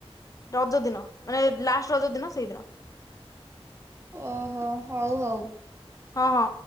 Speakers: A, on the left; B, on the right.
A: ରଜ ଦିନ ମାନେ ଲାଷ୍ଟ ରଜ ଦିନ ସେଇଦିନ।
B: ଓହୋ ହଉ ହଉ।
A: ହଁ ହଁ।